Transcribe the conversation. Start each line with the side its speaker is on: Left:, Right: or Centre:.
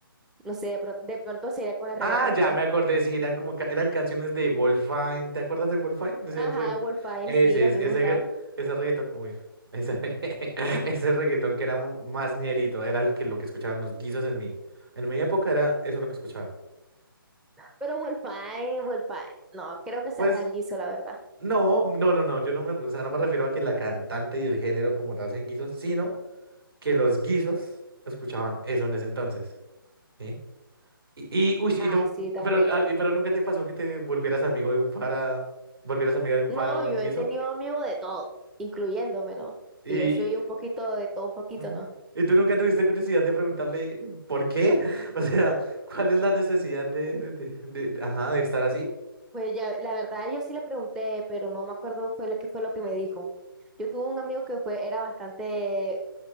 Centre: no sé, de, pro- de pronto sería con el reggaetón,
Right: Ah, ya
Centre: ¿no?
Right: me acordé, sí, eran como ca- eran canciones de Wolfine. ¿Te acuerdas de Wolfine? Ese
Centre: Ajá,
Right: re-
Centre: Wolfine,
Right: ese,
Centre: sí, a
Right: es-
Centre: mí
Right: ese,
Centre: me gustaba.
Right: re- ese reggaetón. Uy, ese, <laughs> ese reggaetón que era mo- más ñerito, era el que lo que escuchaban los guisos en mi En mi época era eso lo que escuchaban.
Centre: Pero Wolfine, Wolfine, no, creo que sea
Right: Pues
Centre: tan guiso, la verdad.
Right: no, no, no, no. Yo no me, o sea, no me refiero a que la cantante y el género como tal sean guisos, sino que los guisos escuchaban eso en ese entonces. ¿sí? Y, y, uy, y
Centre: Ah,
Right: nun-
Centre: sí, también.
Right: pero, ah, y- pero nunca te pasó que te volvieras amigo de un fara, volvieras amiga de un
Centre: No,
Right: fara o
Centre: yo
Right: un guiso.
Centre: he tenido amigos de todo, incluyéndome, ¿no?
Right: Y,
Centre: Que yo soy un poquito de todo, un poquito,
Right: mm,
Centre: ¿no?
Right: y tú nunca tuviste curiosidad de preguntarle por qué. <laughs> O sea, ¿cuál es la necesidad de, de, de- de- de- ajá, de estar así?
Centre: Pues ya, la verdad, yo sí le pregunté, pero no me acuerdo fue lo que fue lo que me dijo. Yo tuve un amigo que fue, era bastante